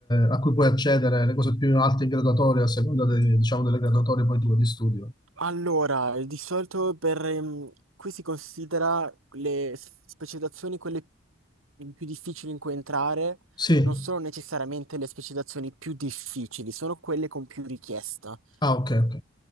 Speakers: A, on the left (about 20°); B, on the right (about 80°).
A: a cui puoi accedere, le cose più alte in graduatoria, a seconda dei- diciamo, delle graduatorie poi tue di studio?
B: Allora, di solito per, ehm, qui si considera le s- specializzazioni quelle più difficili in cui entrare
A: Sì.
B: non sono necessariamente le specializzazioni più difficili, sono quelle con più richiesta.
A: Ah, ok, ok.